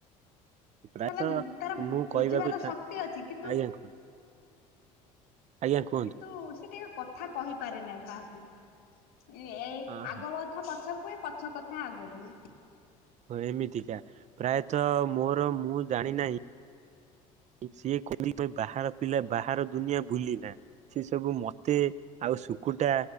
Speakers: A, on the right; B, on the left.
A: ପ୍ରାୟତଃ
B: ମାନେ ତାର
A: ମୁଁ କହିବାକୁ
B: ବୁଝିବାର
A: ଚା
B: ଶକ୍ତି ଅଛି। କିନ୍ତୁ
A: ଆଜ୍ଞା କୁହନ୍ତୁ ଆଜ୍ଞା
B: ଆଉ
A: କୁହନ୍ତୁ
B: କିନ୍ତୁ ସେ ଟିକେ କଥା କହିପାରେ ନାହି କାହାକୁ। ଏ
A: ହଁ
B: ଆଗବତ ପଛ କୁହେ ପଛ କଥା ଆଗ ହୁଏ।
A: ହ ଏମିତିକା ପ୍ରାୟତଃ ମୋର ମୁଁ ଜାଣି ନାହିଁ। ସିଏ କହିଲି ବାହାର ପିଲା ବାହାର ଦୁନିଆ ଭୁଲିନା। ସେ ସବୁ ମତେ ଆଉ ଶୁକୁଟା